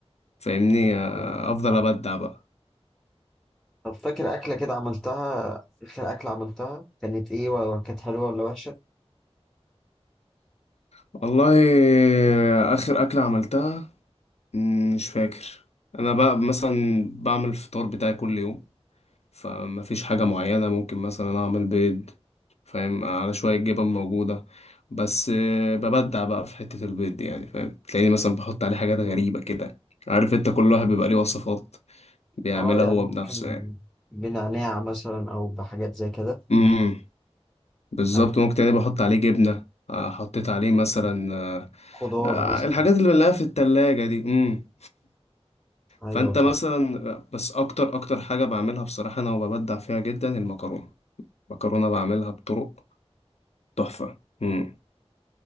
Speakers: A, on the left; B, in the centre.
A: فاهمني آه،
B: أيوة،
A: افضل
B: صح.
A: ابدع بقى
B: طب فاكر اكله كده عملتها اخر اكله عملتها كانت ايه ولا كانت حلوه ولا وحشه
A: والله آه، اخر اكله عملتها مم، مش فاكر انا بقى مثلا بعمل الفطار بتاعي كل يوم فما فيش حاجة معينة ممكن مثلا أعمل بيض فاهم على شوية جبن موجودة بس آه، ببدع بقى في حتة البيض دي يعني فاهم تلاقيني مثلا بحط عليه حاجات
B: مم.
A: غريبة كده عارف انت كل واحد بيبقى ليه وصفات بيعملها
B: اه يعني
A: هو
B: ممكن
A: بنفسه يعني
B: بنعناع مثلا او بحاجات زي كده
A: امم بالظبط
B: ايوه
A: ممكن تلاقيني بحط عليه جبنة آه، حطيت عليه مثلا آه،
B: خضار
A: آه،
B: مثلا
A: الحاجات اللي بنلاقيها في التلاجة دي امم
B: ايوه
A: فانت
B: صح.
A: مثلا بس اكتر اكتر حاجة بعملها بصراحة انا وببدع فيها جدا المكرونة المكرونة بعملها بطرق تحفة امم